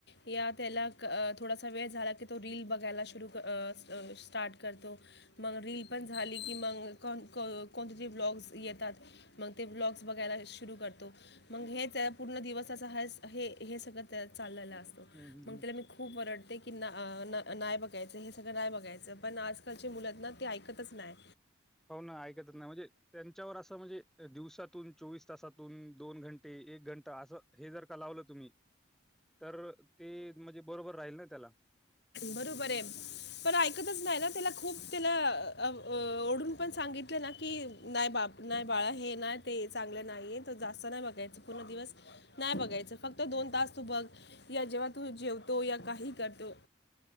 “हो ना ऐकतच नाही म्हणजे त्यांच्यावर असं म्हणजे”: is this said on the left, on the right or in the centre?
Centre